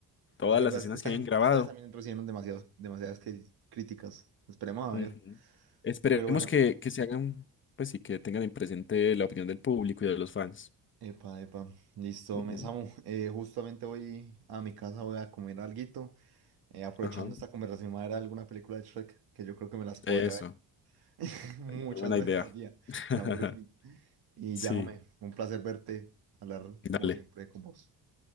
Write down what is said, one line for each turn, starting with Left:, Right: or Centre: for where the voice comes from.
Left: Todas
Right: Es verdad,
Left: las escenas
Right: esta
Left: que hayan
Right: gente,
Left: grabado.
Right: esta vez también recibieron demasiados, demasiadas cri- críticas. Esperemos a
Left: Ujú.
Right: ver.
Left: Esperemos
Right: Pero bueno,
Left: que, que se hagan, pues sí, que tengan en presente la opinión del público y de los fans.
Right: epa, epa, listo,
Left: Ujú.
Right: me Samu. Eh, justamente voy a mi casa, voy a comer alguito. Eh, aprovechando
Left: Ajá.
Right: esta conversación, voy a ver alguna película de Shrek, que yo creo que me las podría
Left: Eso.
Right: ver <laughs> muchas
Left: Qué buena
Right: veces
Left: idea.
Right: al día,
Left: <laughs>
Right: sin aburrirme. Y
Left: Sí.
Right: llámame, un placer verte, hablar
Left: Dale,
Right: como siempre con vos.